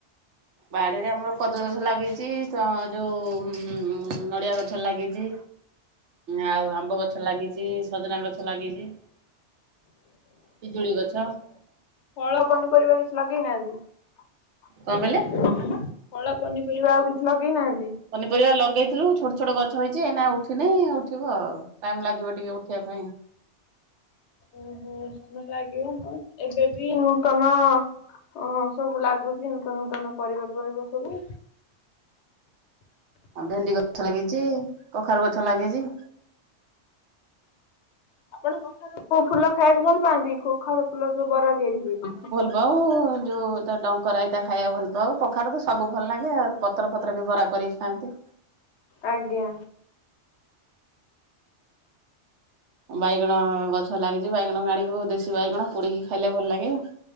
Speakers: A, on the right (about 75°); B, on the left (about 75°).
A: ବାଡିରେ ଆମର କଦଳି ଗଛ ଲାଗିଛି ଯୋଉ ନଡିଆ ଗଛ ଲାଗିଛି। ଆଉ ଆମ୍ବ ଗଛ ଲାଗିଛି ସଜନା ଗଛ ଲାଗିଛି। ପିଜୁଳି ଗଛ।
B: ଫଳ ପନିପରିବା କିଛି ଲଗେଇନାହାନ୍ତି।
A: କଣ କହିଲେ?
B: ଫଳ ପନିପରିବା ଆଉ କିଛି ଲଗେଇ ନାହାନ୍ତି।
A: ପନିପରିବା ଲଗେଇଥିଲୁ ଛ ଛୋଟ ଗଛ ହେଇଛି ଏନା ଉଠିନି ଉଠିବ ଆଉ ଟାଇମ ଲାଗିବ ଟିକେ ଉଠିବା ପାଇଁ।
B: ଓହୋ ସମୟ ଲାଗିବ ହଁ ଏବେ ବି ନୂତନ ହଁ ସବୁ ଲାଗୁଛି ନୂତନ ନୂତନ ପରିବା ପରିବା ସବୁ
A: ଆଉ ଭେଣ୍ଡି ଗଛ ଲାଗିଛି କଖାରୁ ଗଛ ଲାଗିଛି।
B: ଆପଣ କଖାରୁ ଫୁଲ ଖାଇବାକୁ ଭଲ ପାଆନ୍ତି କଖାରୁ ଫୁଲ ଯୋଉ ବରା ତିଆରି ହୁଏ।
A: ବଉ ଯଉ ଡଙ୍କ ରାଇତା ଖାଇବା ଭଲ ପାଉ କଖାରୁ ତ ସବୁ ଭଲ ଲାଗେ ଆଉ ପତ୍ର ପତ୍ର ବି ବରା କରଥାନ୍ତି।
B: ଆଜ୍ଞା।
A: ବାଇଗଣ ଗଛ ଲାଗିଛି ବାଇଗଣକୁ ଆଣିକ ଦେଶୀ ବାଇଗଣ ପୋଡିକି ଖାଇଲେ ଭଲ ଲାଗେ।